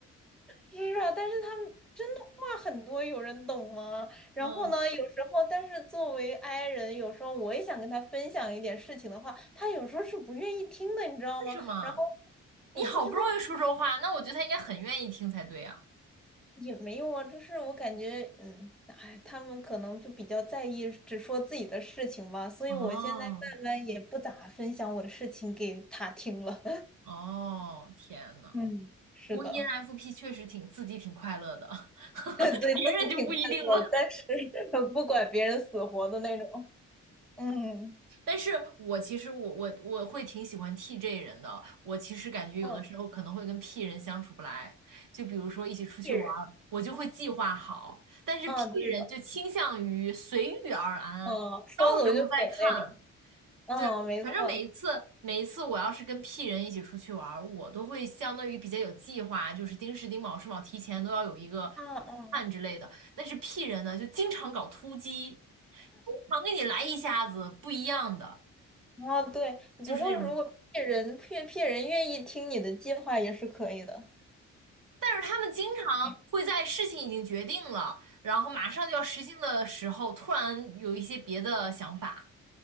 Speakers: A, in the centre; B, on the right.
A: 是啊，但是他们真的话很多，有人懂吗？然后呢，
B: 嗯，
A: 有时候，但是作为 i 人，有时候我也想跟他分享一点事情的话，他有时候是不愿意听的，你知道吗？
B: 为什么？
A: 然后
B: 你好不容易说说话，
A: 我不知道
B: 那我觉得他应该很愿意听才对啊。
A: 也没用啊，就是我感觉，嗯，哎，他们可能就比较在意只说自己的事情吧，所以我现在慢慢也不咋分享我的事情给他听了。
B: 哦哦，天呐，
A: <laughs> 嗯，是的，
B: 不过 ENFP 确实挺自己挺快乐的，<laughs>
A: 对自己挺快乐，
B: 别人就不一定了。
A: 但是 <laughs> 不管别人死活的那种。嗯
B: 但是我其实我我我会挺喜欢 TJ 人的，我其实感觉有的时候可能会跟
A: 嗯，
B: P 人相处不来，就比如说一起出去玩儿，
A: 艺人。
B: 我就会计划好，但是
A: 嗯，
B: P
A: 对的，
B: 人就倾向于随遇而安，
A: 嗯，说走就走那种，
B: 到时候再看，
A: 嗯，
B: 对，
A: 没错，
B: 反正每一次每一次我要是跟 P 人一起出去玩儿，我都会相当于比较有计划，就是丁时丁卯是卯提前都要有一个
A: 嗯嗯，
B: p l 之类的。但是 P 人呢，就经常搞突击，经常给你来一下子不一样的，
A: 哦，对，不过如果骗人骗骗人愿意听你的计划也是可以的
B: 就是那种。但是他们经常会在事情已经决定了，
A: 哎
B: 然后马上就要实行的时候，突然有一些别的想法。